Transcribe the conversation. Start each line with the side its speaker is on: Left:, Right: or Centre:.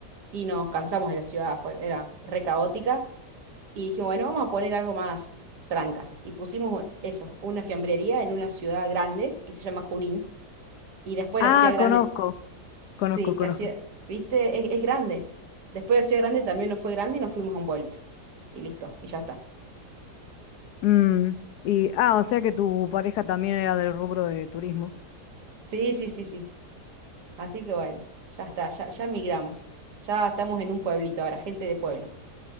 Right: y nos cansamos de la ciudad, fue- era re caótica, y dijimos, bueno, vamos a poner algo más tranca. Y pusimos eso, una fiambrería en una ciudad grande que se llama Junín, y después
Left: Ah,
Right: la ciudad grande,
Left: conozco,
Right: sí,
Left: conozco, conozco.
Right: la ciudad, viste, es, es grande. Después la ciudad grande también nos fue grande y nos fuimos a un pueblito. Y listo, y ya está.
Left: Mm, Y, ah, o sea que tu pareja también era del rubro de turismo.
Right: Sí, sí, sí, sí. Así que bueno, ya está, ya, ya migramos. Ya estamos en un pueblito ahora, gente de pueblo.